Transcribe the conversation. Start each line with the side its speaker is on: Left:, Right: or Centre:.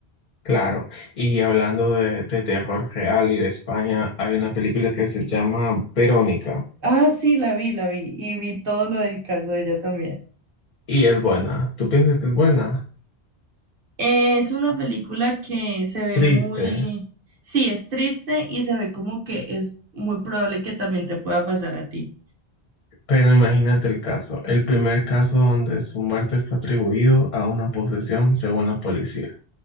Left: Claro, y hablando de, de terror real y de España, hay una película que se llama Verónica
Right: Ah, sí, la vi, la vi y vi todo lo del caso de ella también.
Left: y es buena. ¿Tú piensas que es buena?
Right: Es una película que se ve
Left: Triste,
Right: muy, sí, es triste y se ve como que es muy probable que también te pueda pasar a ti.
Left: Pero imagínate el caso, el primer caso donde su muerte fue atribuido a una posesión según la policía.